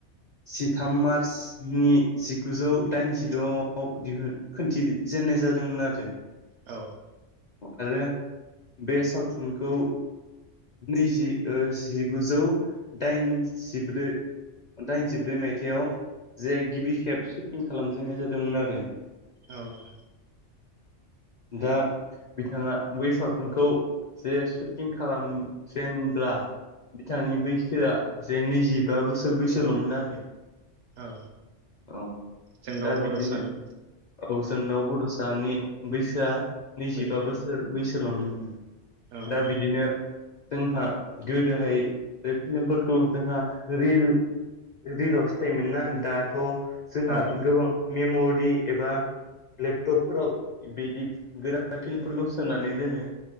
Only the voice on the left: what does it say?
जिथाम मार्चनि जिगुजौ दाइनजिद'आव दिहुन खोनन्थि जेेननाय जादोंमोन आरो
आरो बे सावथुनखौ नैजि जिगुजौ दाइन जिब्रै दाइनजिब्रै माइथायाव‌ जे गिबि खेब सुटिं खालामजेननाय जादोंमोन आरो
दा बिथाङा बै सावथुनखौ जे सुटिं खालाम जेनब्ला बिथांनि बैसोआ जे नैजिबा बोसोर बैसोल'मोन आरो
औ
दा
बिदिनो औ जोंनावबो दसे सानि बैसोआ नैजिबा
बोसोर बैसोल'मोन आङो
दा बिदिनो जोंहा गोदोहाय बे फिल्मफोरखौ जोंहा रिल रिलावसो थायोमोन ना दाथ' जोंहा
गोबां मेम'रि एबा लेपटपफोराव बिदि गोदान फिल्मफोरखौ सोनानै दोनो